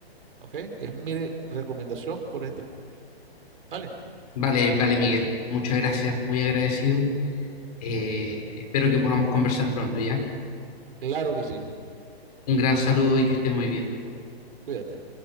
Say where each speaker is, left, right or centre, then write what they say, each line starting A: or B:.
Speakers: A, on the right; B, on the left.
A: ¿ok? Es mi recomendación por este punto, ¿vale?
B: Vale, vale, Miguel. Muchas gracias, muy agradecido. Eh, espero que podamos conversar pronto, ¿ya?
A: Claro que sí,
B: Un gran saludo y que estés muy bien.
A: cuídate.